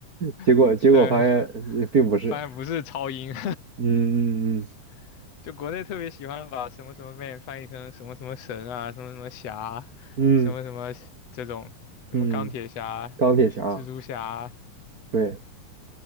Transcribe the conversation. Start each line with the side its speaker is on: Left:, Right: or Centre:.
Right: 结果结果发现呃并不是。
Left: <laughs> 对，发现不是超英，
Right: 嗯嗯嗯
Left: <laughs> 就国内特别喜欢把什么什么 Man 翻译成什么什么神啊，什么什么侠，
Right: 嗯
Left: 什么什么这种，什么钢铁侠、
Right: 嗯，钢铁侠，
Left: 蜘蛛侠，
Right: 对，